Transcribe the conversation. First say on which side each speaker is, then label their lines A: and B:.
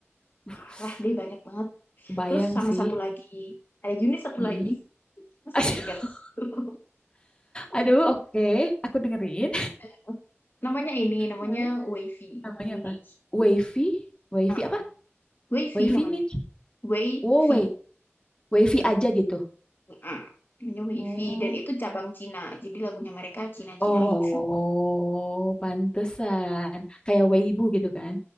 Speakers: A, on the left; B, on the left.
A: <sighs>
B: parah deh banyak banget.
A: Uh, Kebayang
B: Terus sama
A: sih.
B: satu lagi, ada unit satu
A: Mm.
B: lagi. <laughs> Masih
A: <laughs>
B: ketinggalan satu.
A: Aduh, oke. Aku dengerin.
B: <laughs> Namanya ini, namanya
A: Hmm.
B: Wavy.
A: Namanya
B: Widi.
A: apa? Wavy? Wavy
B: Uh-uh.
A: apa?
B: Wavy
A: Wavy
B: namanya.
A: niche?
B: Wavy.
A: Wow, wa- Wavy aja gitu.
B: Uh, Namanya Wavy.
A: Oh,
B: Dan itu cabang Cina. Jadi lagunya mereka Cina-Cina
A: oh,
B: gitu.
A: pantesan. Kayak Weibo gitu kan?